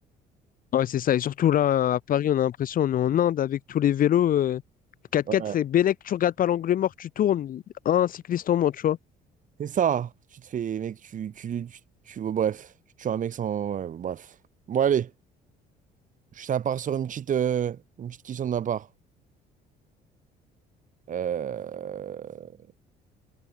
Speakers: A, on the left; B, on the right.
A: Ouais, c'est ça. Et surtout là, à Paris, on a l'impression, on est en Inde avec tous les vélos. euh, quatre
B: Ouais.
A: x c'est Bélec, tu regardes pas l'angle mort, tu tournes, un cycliste en moins, tu vois.
B: C'est ça. Tu te fais, mec, tu, tu, tu, tu- oh, bref. Tu tues un mec sans. ouais, bref. Bon, allez. Ça part sur une petite, euh, une petite question de ma part. Euh,